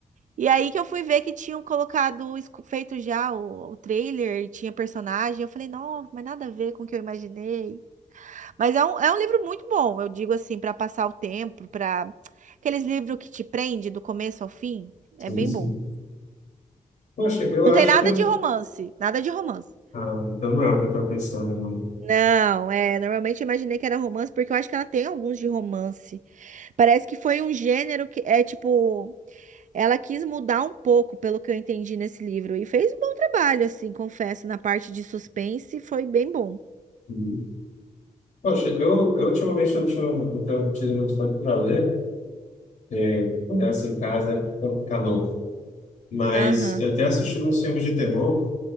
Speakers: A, on the right (about 70°); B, on the left (about 70°).
A: E aí que eu fui ver que tinham colocado, esco- feito já o, o trailer, e tinha personagem. Eu falei, não, mas nada a ver com o que eu imaginei. Mas é um, é um livro muito bom, eu digo assim, para passar o tempo, para aqueles livros que te prende do começo ao fim,
B: Sim,
A: é bem
B: sim.
A: bom.
B: Poxa, eu
A: Não
B: acho
A: tem nada
B: que. eu-
A: de romance, nada de romance.
B: Ah, então não é o que eu estou pensando, não.
A: Não, é, normalmente eu imaginei que era romance, porque eu acho que ela tem alguns de romance. Parece que foi um gênero que é tipo, ela quis mudar um pouco, pelo que eu entendi nesse livro, e fez um bom trabalho, assim, confesso, na parte de suspense, foi bem bom.
B: Uhum. Poxa, eu, eu ultimamente não, tinha, não tenho tido muito tempo para ler, É, essa em casa é complicador. Mas
A: Aham.
B: eu tenho assistido uns filmes de terror.